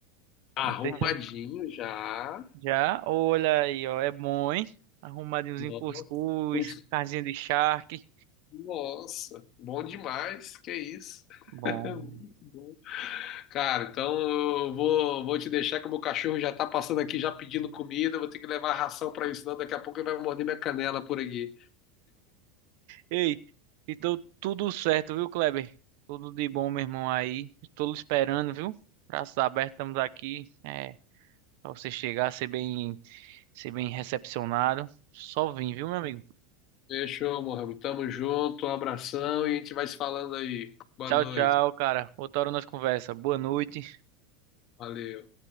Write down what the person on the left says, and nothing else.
Arrumadinho
já.
Nossa,
pois-
nossa, bom demais, que isso.
<laughs> Muito bom. Cara, então eu vou, vou te deixar que o meu cachorro já tá passando aqui, já pedindo comida, eu vou ter que levar a ração pra ele, senão daqui a pouco ele vai morder minha canela por aqui.
Fechou, Mohamed. Tamo junto, um abração e a gente vai se falando aí. Boa
noite.
Valeu.